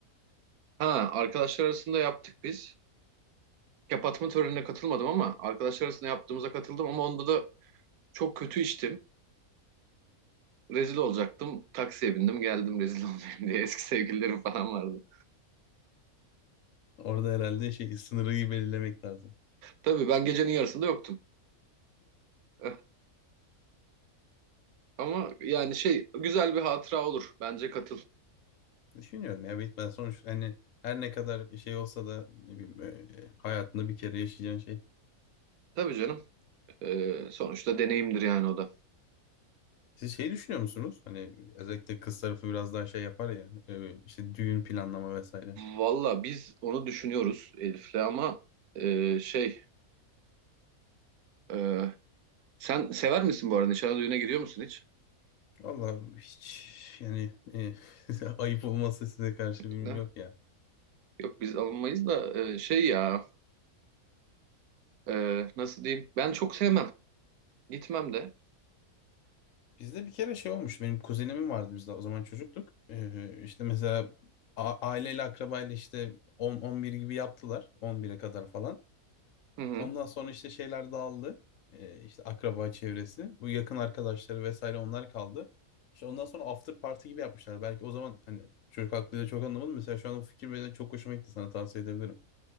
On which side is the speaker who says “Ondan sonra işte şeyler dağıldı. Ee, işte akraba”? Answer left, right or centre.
Left